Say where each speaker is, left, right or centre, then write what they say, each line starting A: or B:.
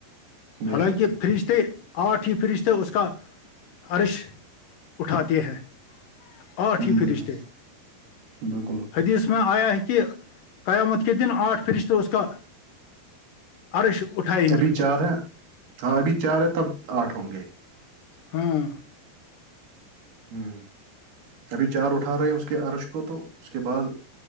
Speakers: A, on the right; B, on the left.
A: بے
B: حالانکہ
A: شک
B: فریج تھ آٹھ ہی فریج تھ اس کا عرش اٹھاتے ہیں ہ
A: ہوں
B: ٹھ پھرستےے
A: <unintelligible>
B: حدیث میں آیا ہے کہ قیامت کے دن آٹھ فرشت اس کا عرش اٹھائی
A: ابھی چار ہے ہاں ابھی چار ہے تب آٹھ ہوں گے
B: ہاں
A: ہوں ابھی چار اٹھا رہے ہیں اس کے عرش کو تو اس کے بعد